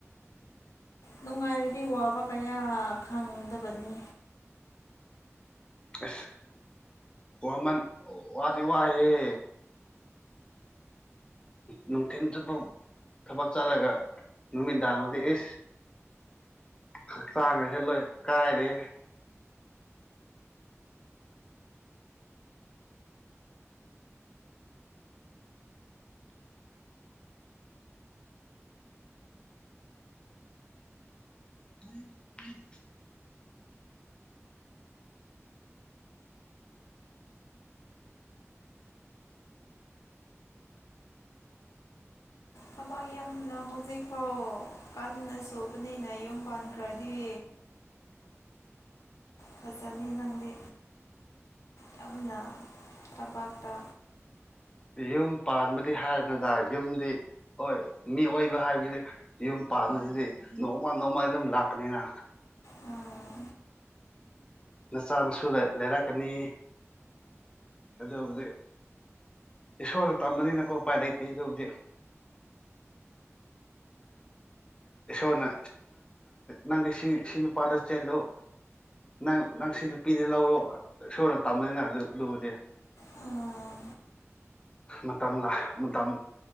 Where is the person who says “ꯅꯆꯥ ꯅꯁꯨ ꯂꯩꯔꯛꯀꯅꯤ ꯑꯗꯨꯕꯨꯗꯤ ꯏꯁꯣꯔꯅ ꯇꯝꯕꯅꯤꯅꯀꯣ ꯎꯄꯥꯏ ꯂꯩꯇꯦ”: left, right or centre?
Left